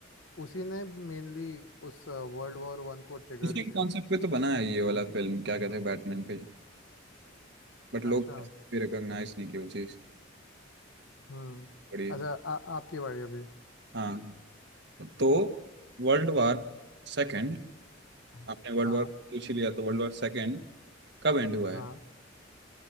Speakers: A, on the left; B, on the right.
A: उसी ने मेनली उस वर्ल्ड वॉर वन को ट्रिगर
B: इसी
A: किया
B: के कॉन्सेप्ट पे तो बना है ये वाला फिल्म क्या कहते हैं बैटमैन पे बट लोग
A: अच्छा
B: भी रिकॉग्नाइज नहीं किया वो चीज़
A: हम्म
B: बड़ी
A: अच्छा आ, आपकी बारी अभी
B: हाँ तो वर्ल्ड वॉर सेकंड
A: हाँ
B: आपने वर्ल्ड
A: हाँ
B: वॉर पूछ ही लिया तो वर्ल्ड वॉर सेकंड कब एंड हुआ
A: हाँ
B: है